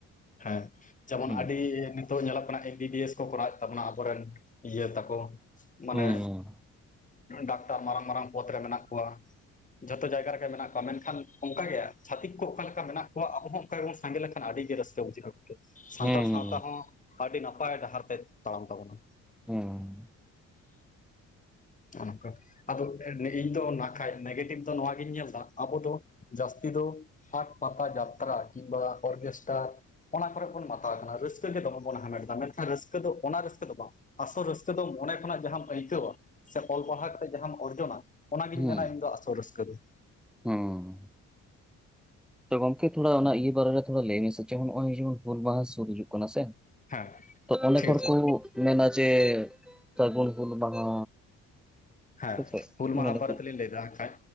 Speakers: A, on the left; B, in the centre.
A: ᱦᱮᱸ ᱡᱮᱢᱚᱱ
B: ᱦᱩᱸ
A: ᱟᱰᱤ ᱱᱤᱛ ᱱᱤᱛᱚᱜ ᱧᱮᱞᱚᱜ ᱠᱟᱱᱟ ᱮᱢ ᱵᱤ ᱵᱤ ᱮᱥ ᱠᱚ ᱠᱚᱨᱟᱣᱮᱫ ᱛᱟᱵᱚᱱᱟ ᱟᱵᱚ ᱨᱮᱱ ᱤᱭᱟᱹ ᱛᱟᱠᱚ ᱢᱟᱱᱮ
B: ᱦᱩᱸ
A: ᱰᱟᱠᱛᱟᱨ ᱢᱟᱨᱟᱝ ᱢᱟᱨᱟᱝ ᱯᱚᱛ ᱨᱮ ᱢᱮᱱᱟᱜ ᱠᱚᱣᱟ ᱡᱷᱚᱛᱚ ᱡᱟᱭᱜᱟ ᱨᱮᱜᱮ ᱢᱮᱱᱟᱜ ᱠᱚᱣᱟ ᱢᱮᱱᱠᱷᱟᱱ ᱚᱝᱠᱟ ᱜᱮ ᱪᱷᱟᱛᱤᱠ ᱠᱚ ᱚᱠᱟ ᱞᱮᱠᱟ ᱢᱮᱱᱟᱜ ᱠᱚᱣᱟ ᱟᱵᱚ ᱦᱚᱸ ᱚᱝᱠᱟ ᱜᱮ ᱵᱚᱱ ᱥᱟᱸᱜᱮ ᱞᱮᱠᱷᱟᱱ ᱟᱹᱰᱤ ᱜᱮ ᱨᱟᱹᱥᱠᱟᱹ ᱵᱩᱡᱷᱟᱹᱣ ᱥᱟᱱᱛᱟᱲ
B: ᱦᱩᱸ
A: ᱥᱟᱶᱛᱟ
B: ᱦᱩᱸ
A: ᱦᱚᱸ ᱟᱹᱰᱤ ᱱᱟᱯᱟᱭ ᱰᱟᱦᱟᱨ ᱛᱮᱭ ᱛᱟᱲᱟᱢ ᱛᱟᱵᱚᱱᱟ
B: ᱦᱩᱸ
A: ᱱᱚᱜ-ᱚ ᱱᱝᱠᱚ ᱟᱫᱚ ᱤᱧ ᱫᱚ ᱱᱟᱜ ᱠᱷᱟᱡ ᱱᱮᱜᱮᱴᱤᱵᱷ ᱫᱚ ᱱᱚᱣᱟᱜᱤᱧ ᱧᱮᱞᱫᱟ ᱟᱵᱚ ᱫᱚ ᱡᱟᱹᱥᱛᱤ ᱫᱚ ᱦᱟᱴ, ᱯᱟᱛᱟ, ᱡᱟᱛᱨᱟ ᱠᱤᱢᱵᱟ ᱚᱨᱜᱮᱥᱴᱟᱨ ᱚᱱᱟ ᱠᱚᱨᱮ ᱵᱚᱱ ᱢᱟᱛᱟᱣ ᱠᱟᱱᱟ ᱨᱟᱹᱥᱠᱟᱹ ᱜᱮ ᱫᱚᱢᱮ ᱵᱚᱱ ᱦᱟᱢᱮᱴ ᱮᱟ ᱢᱮᱱᱠᱷᱟᱱ ᱨᱟᱹᱥᱠᱟᱹ ᱫᱚ ᱚᱱᱟ ᱨᱟᱹᱥᱠᱟᱹ ᱫᱚ ᱵᱟᱝ ᱟᱥᱚᱞ ᱨᱟᱹᱥᱠᱟᱹ ᱫᱚ ᱢᱚᱱᱮ ᱠᱷᱚᱱᱟᱜ ᱡᱟᱦᱟᱸᱢ ᱟᱹᱭᱠᱟᱹᱣᱟ ᱥᱮ ᱚᱞ ᱯᱟᱲᱦᱟᱣ ᱠᱟᱛᱮᱫ ᱡᱟᱦᱟᱢ ᱚᱨᱡᱚᱱᱟ ᱚᱱᱟᱜᱤᱧ
B: ᱦᱩᱸ ᱦᱩᱸ
A: ᱢᱮᱱᱟ ᱤᱧ ᱫᱚ ᱟᱥᱚᱞ ᱨᱟᱹᱥᱠᱟᱹ ᱫᱚ
B: ᱦᱩᱸ ᱛᱚ ᱜᱚᱝᱠᱮ ᱛᱷᱚᱲᱟ ᱚᱱᱟ ᱤᱭᱟᱹ ᱵᱟᱨᱮ ᱨᱮ ᱛᱷᱚᱲᱟ ᱞᱟᱹᱭ ᱢᱮᱥᱮ ᱱᱚᱜᱼᱚᱭ ᱡᱮ ᱦᱩᱞ ᱢᱟᱦᱟ ᱥᱩᱨ ᱦᱤᱡᱩᱜ ᱠᱟᱱᱟ ᱥᱮ
A: ᱦᱮᱸ
B: ᱛᱚ ᱚᱱᱮᱠ
A: ᱴᱷᱤᱠ
B: ᱦᱚᱲ
A: ᱟᱪᱷᱮ
B: ᱠᱚ ᱢᱮᱱᱟ ᱡᱮ ᱥᱟᱹᱜᱩᱱ ᱦᱩᱞ ᱢᱟᱦᱟ
A: ᱦᱮᱸ
B: ᱦᱮᱸᱥᱮ
A: ᱦᱩᱞ ᱢᱟᱦᱟ
B: ᱢᱮᱱᱟᱠᱚ
A: ᱵᱟᱨᱮ ᱛᱮᱞᱤᱧ ᱞᱟᱹᱭᱫᱟ ᱦᱟᱸᱜ ᱠᱷᱟᱡ